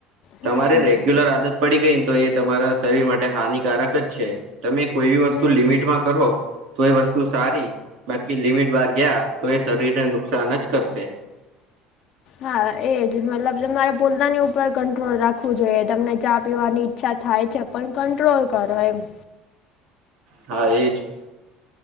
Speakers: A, on the left (about 45°); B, on the right (about 60°).
A: હમ
B: તમારે રેગ્યુલર આદત પડી ગઈને તો એ તમારા શરીર માટે હાનિકારક જ છે. તમે કોઈ બી વસ્તુ
A: હમ
B: લિમિટમાં કરો તો એ વસ્તુ સારી બાકી લિમિટ બાર ગયા તો એ શરીરને નુકસાન જ કરશે.
A: હા એ જ મતલબ તમારે પોતાની ઉપર કંટ્રોલ રાખવું જોઈએ, તમને ચા પીવાની ઈચ્છા થાય છે. પણ કંટ્રોલ કરો એમ.
B: હા એજ